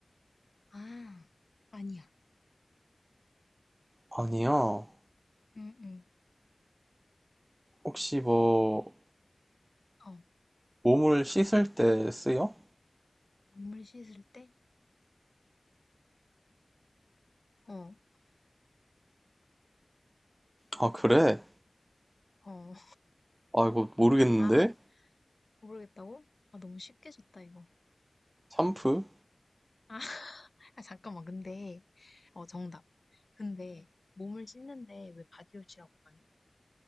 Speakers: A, on the left; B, on the right.
A: 아, 아니야.
B: 아니야.
A: 응응.
B: 혹시 뭐
A: 어.
B: 몸을 씻을 때 쓰여?
A: 눈물 씻을 때? 어.
B: 아, 그래.
A: 어.
B: 아, 이거 모르겠는데?
A: 아, 모르겠다고? 아, 너무 쉽게 줬다, 이거.
B: 샴푸?
A: 아, <laughs> 아, 잠깐만. 근데 어 정답. 근데 몸을 씻는데 왜 바디워시라고 안 해?